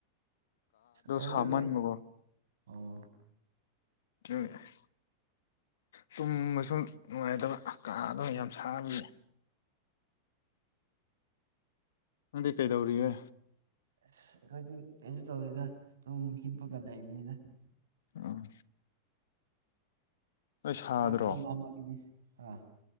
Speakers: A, on the right (about 75°); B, on the left (about 70°).
A: ꯑꯣꯏꯔꯔꯣꯢ
B: ꯁꯥꯃꯟꯕꯀꯣ
A: ꯑꯣ
B: ꯊ <inaudible> ꯇꯨꯝꯕꯁꯨ ꯅꯨꯡꯉꯥꯏꯇꯕ ꯀꯥꯗꯅ ꯌꯥꯝ ꯁꯥꯕꯒꯤ ꯅꯪꯗꯤ ꯀꯩꯗꯧꯔꯤꯒꯦ
A: ꯑꯁ ꯑꯩꯈꯣꯏꯗꯤ ꯀꯩꯁꯨ ꯇꯧꯗꯦꯗ ꯑꯗꯨꯝ ꯍꯤꯞꯄꯒ ꯂꯩꯕ ꯃꯤꯗ
B: ꯑ ꯁꯥꯗ꯭ꯔꯣ
A: ꯆꯥꯛ ꯀꯣꯡ ꯂꯝꯃꯛꯏꯅꯤ ꯑꯥ